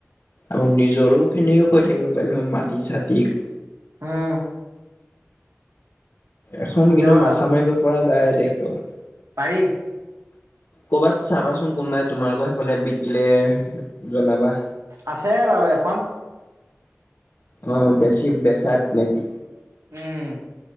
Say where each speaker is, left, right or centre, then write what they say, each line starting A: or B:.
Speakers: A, on the left; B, on the right.
A: আৰু নিজৰো খিনিও কৈ থাকিব পাৰিলো হয় মাটি চতি।
B: হম।
A: এখন কিন্তু
B: গ'ল
A: মাথা
B: আৰু
A: মাৰিব পৰা যায় ট্ৰেক্টৰ।
B: পাৰি।
A: কৰ'বাত চাবাচোন কোনোবাই তোমালোকৰ সেইফালে বিকিলে, জনাবা।
B: আছে বাৰু এখন
A: অ বেছি বেচাত নেকি?
B: উম।